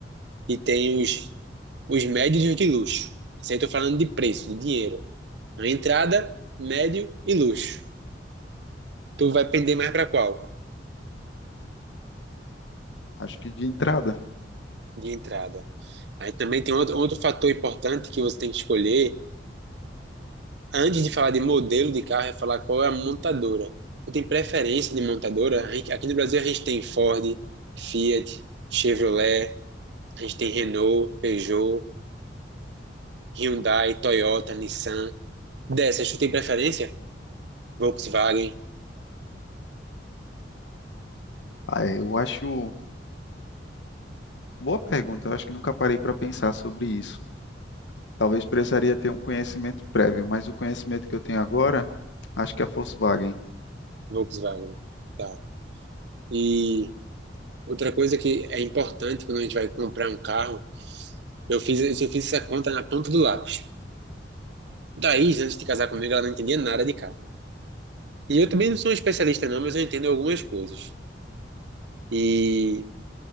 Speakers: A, on the right (about 70°); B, on the left (about 85°).
A: E tem os, os médios e os de luxo. Isso aí eu tô falando de preço, de dinheiro. A entrada, médio e luxo. Tu vai pender mais para qual?
B: acho que de entrada.
A: De entrada. Aí também tem outro, outro fator importante que você tem que escolher antes de falar de modelo de carro, é falar qual é a montadora. Eu tenho preferência de montadora. A gente- Aqui no Brasil a gente tem Ford, Fiat, Chevrolet, a gente tem Renault, Peugeot, Hyundai, Toyota, Nissan. Dessas, tu tem preferência? Volkswagen,
B: Ah, é, eu acho boa pergunta. Eu acho que nunca parei para pensar sobre isso. Talvez precisaria ter um conhecimento prévio, mas o conhecimento que eu tenho agora, acho que é Volkswagen,
A: Volkswagen, tá. E outra coisa que é importante quando a gente vai comprar um carro, eu fiz, eu fiz essa conta na ponta do lápis. Daí, antes de casar comigo, ela não entendia nada de carro. E eu também não sou um especialista não, mas eu entendo algumas coisas. E